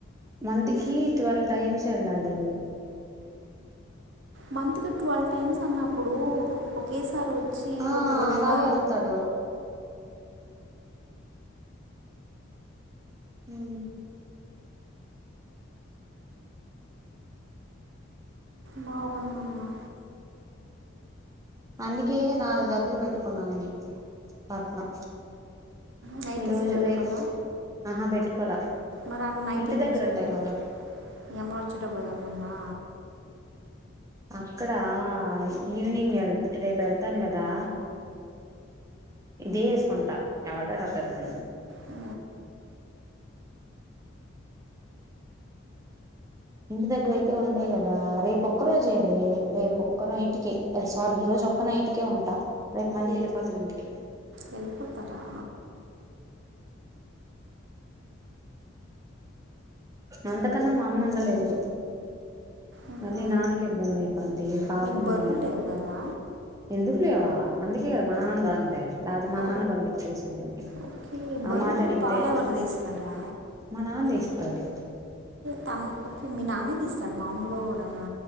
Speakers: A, on the right; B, on the right.
A: మంత్ కి ట్వెల్వ్ టైమ్స్ వెళ్ళాలి
B: మంతగా ట్వెల్వ్ టైమ్స్ అన్నప్పుడు ఒకేసారి వచ్చి
A: ఆ
B: ఒక రెండు
A: అలాగే
B: అ
A: వెళ్తాడు హ
B: బాగుందమ్మ
A: అందుకే నాలుగు జాతలు పెట్టుకున్నా నేను బట్టలు
B: నైట్
A: ఈ
B: డ్రెస్లో
A: రోజు
B: పెట్టుకోవాల
A: రేపు ఆహా పెట్టుకోలా
B: మరి అన్న నైట్
A: ఇంటి
B: ఏం
A: దగ్గర
B: వేసుకుంటాం
A: ఉంటాయి కదా
B: ఏమ వచ్చేటప్పుదమ్మన్నా
A: అక్కడ ఆ ఈవనింగ్ వెళ్ రేపు వెళ్తాను కదా ఇదే వేసుకుంటా ఎవడ అడతారు సన్న
B: ఆ
A: ఇంటి దగ్గరయితే ఉంటాయి కదా రేపు ఒక్క రోజే రే రేపు ఒక్క నైటికే సారీ ఈ రోజు ఒక్క నైటికే ఉంటా రేపు మళ్ళీ వెళ్ళిపోతాం ఇంటికి
B: వెళ్ళిపోతారా
A: అంతకన్నా మా అమ్మ ఉండలేదు
B: ఆహా
A: మళీ నాకి ఇబ్బందియి పాతీ పాపుండ
B: మీకు బర్రెలు లేవు కదా
A: ఎందుకులివా అందుకే కదా మనంట రా అంద లేకపోతే మా
B: ఓ
A: నాన్న పంపించేసిండే
B: ఓకే బర్రెలకు
A: ఆ మాట అడిగితే
B: పాలు ఎవరు తీస్తారా
A: మా నాన్న ఇస్త తాే
B: త ఓే మీ నానేది ఇస్తాడు మామూలుగా కూడానా